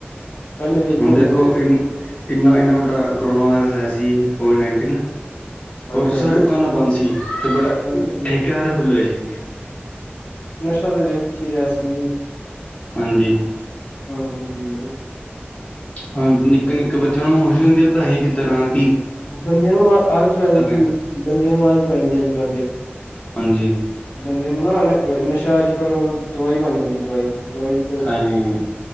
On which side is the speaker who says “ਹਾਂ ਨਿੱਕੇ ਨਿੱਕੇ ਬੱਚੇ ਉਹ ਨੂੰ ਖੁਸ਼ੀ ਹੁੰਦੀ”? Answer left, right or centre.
Left